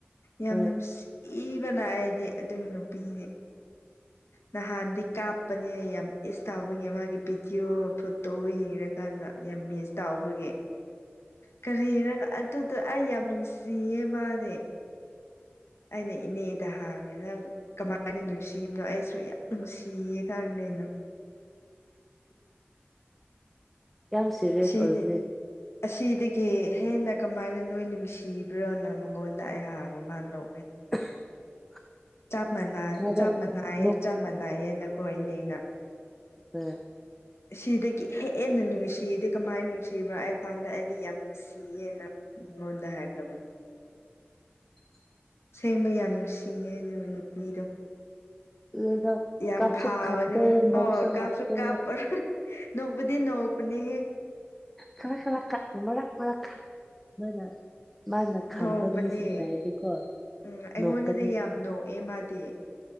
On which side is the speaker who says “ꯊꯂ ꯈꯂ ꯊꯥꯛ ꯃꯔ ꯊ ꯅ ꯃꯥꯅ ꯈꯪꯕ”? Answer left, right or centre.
Centre